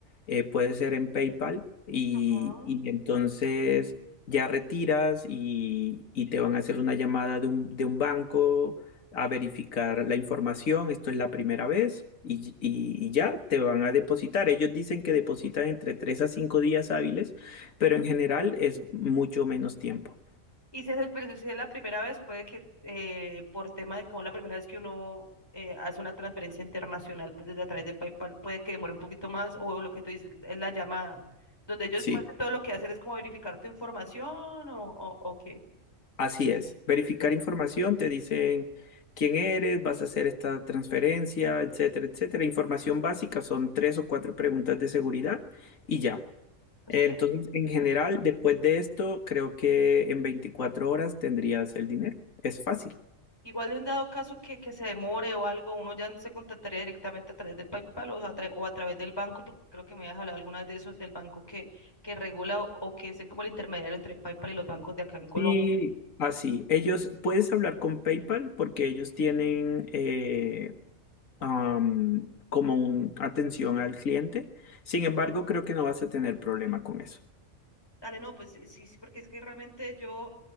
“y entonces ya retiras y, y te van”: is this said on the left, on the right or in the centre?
Left